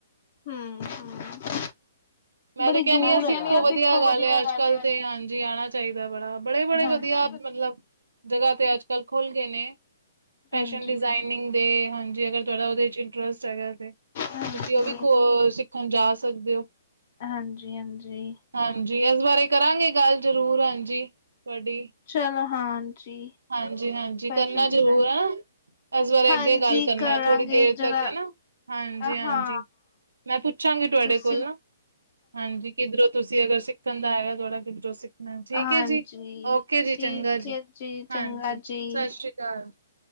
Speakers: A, on the left; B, on the right.
A: ਹੂੰ ਹੂੰ
B: ਮੈਂਰਿਗ
A: ਬੜੀ
B: ਕਹਿਿੰਦੀ,
A: ਦੂਰ
B: ਆ ਸਿੱਖੋ
A: ਹੈਗਾ ਵਾ।
B: ਵਧੀਆ
A: ਦੇਖੋ
B: ਗੱਲ ਆਂ ਅੱਜ -ਕੱਲ
A: ਏ
B: ਤੇ ਹਾਂਜੀ ਆਣਾ ਚਾਹੀਦਾ, ਬੜਾ, ਬੜੇ -ਬੜੇ
A: ਹਾਂਜੀ
B: ਵਧੀਆ ਮਤਲਬ ਜਗ੍ਹਾ ਤੇ ਅੱਜ -ਕੱਲ ਖੁੱਲ ਗਏ ਨੇ, ਫੈਸ਼ਨ
A: ਹਾਂਜੀ
B: ਡਿਜ਼ਾਇਨਿੰਗ ਦੇ, ਹਾਂਜੀ, ਅਗਰ ਤੁਹਾਂਡਾ ਉਹਦੇ, ਇੰਟਰਸਟ ਹੈਗਾ
A: ਹਾਂਜੀ।
B: ਤੁਸੀਂ, ਉਹ ਵੀ ਸਿੱਖਣ ਜਾ ਸਕਦੇ ਹੋ?
A: ਹਾਂਜੀ- ਹਾਂਜੀ।
B: ਹਾਂਜੀ, ਇਸ ਬਾਰੇ ਕਰਾਂਗੇ ਗੱਲ ਜ਼ਰੂਰ ਹਾਂਜੀ, ਤੁਹਾਡੀ
A: ਚਲੋ, ਹਾਂਜੀ।
B: ਹਾਂਜੀ -ਹਾਂਜੀ
A: ਫੈਸ਼ਨ
B: ਕਰਨਾ
A: ਡਿਜ਼ਾਇਨ
B: ਜ਼ਰੂਰ ਹੈ। ਇਸ ਬਾਰੇ
A: ਹਾਂਜੀ
B: ਅੱਗੇ ਗੱਲ ਕਰਨੇ
A: ਕਰਾਂਗੇ
B: ਆ, ਥੋੜ੍ਹੀ ਦੇਰ
A: ਜਰਾ
B: ਤੱਕ ਹੈਨਾ ਹਾਂਜੀ
A: ਹਾਂ
B: -ਹਾਂਜੀ ਮੈਂ ਪੁੱਛਾਂਗੀ ਤੁਹਾਡੇ
A: ਤੁਸੀਂ
B: ਕੋਲ ਨਾ, ਹਾਂਜੀ, ਕਿੱਧਰੋਂ ਤੁਸੀਂ ਅਗਰ ਸਿੱਖਣ ਦਾ ਹੈਗਾ, ਥੋੜ੍ਹਾ ਕਿੱਧਰੋਂ ਸਿੱਖ ਨਾ ਠੀਕ
A: ਹਾਂਜੀ
B: ਹੈ ਜੀ, ਓਕੇ ਜੀ,
A: ਠੀਕ
B: ਚੰਗਾ
A: ਹੈ
B: ਜੀ,
A: ਚੰਗਾ
B: ਹਾਂਜੀ
A: ਜੀ
B: -ਸਤਿ ਸ਼੍ਰੀ ਅਕਾਲ।